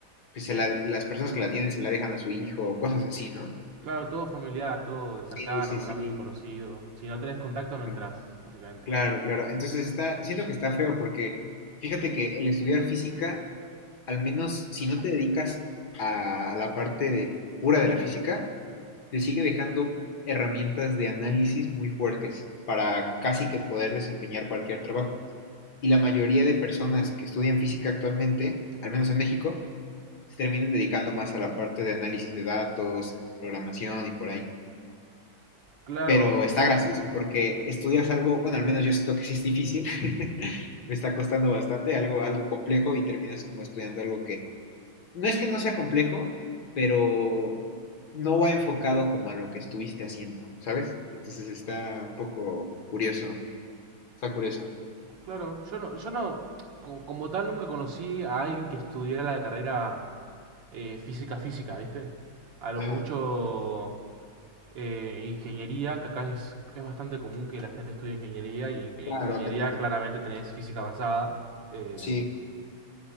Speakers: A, on the left; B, on the right.
A: pues, se la- las personas que la tienen se la dejan a su hijo o cosas así, ¿no?
B: Claro, todo familiar, todo cercano,
A: Sí, sí,
B: algún
A: sí.
B: amigo conocido. Si no tenés contacto, no entras,
A: No,
B: básicamente.
A: Claro, claro. Entonces está, siento que está feo porque fíjate que el estudiar física, al menos si no te dedicas a la parte de- pura de la física, te sigue dejando herramientas de análisis muy fuertes para casi que poder desempeñar cualquier trabajo. Y la mayoría de personas que estudian física actualmente, al menos en México, se terminan dedicando más a la parte de análisis de datos, programación y por ahí.
B: Claro,
A: Pero está gracioso porque estudias algo, bueno, al menos yo siento que sí es difícil, <laughs> me está costando bastante, algo, algo complejo y terminas como estudiando algo que no es que no sea complejo, pero no va enfocado como a lo que estuviste haciendo, ¿sabes? Entonces está un poco curioso, está curioso.
B: Claro, yo no, yo no, co- como tal nunca conocí a alguien que estudiara la carrera eh, física física, ¿viste? A lo
A: Ajá,
B: mucho eh, ingeniería, que acá es, es bastante común que la gente estudie ingeniería y en en
A: claro,
B: ingeniería
A: acá también.
B: claramente tenés física avanzada eh,
A: Sí,